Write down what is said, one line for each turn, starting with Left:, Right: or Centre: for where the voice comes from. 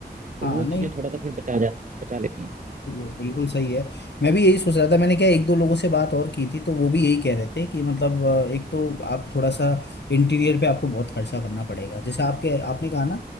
Right: तो
Left: हाँ
Right: वो
Left: नहीं
Right: चीज़ें थोड़ा सा फिर बचा जा बचा लेती हैं
Left: वो बिल्कुल सही है मैं भी यही सोच रहा था मैंने क्या एक दो लोगों से बात और की थी तो वो भी यही कह रहे थे कि मतलब अ, एक तो आप थोड़ा सा इंटीरियर पे आपको बहुत खर्चा करना पड़ेगा जैसे आपके आपने कहा ना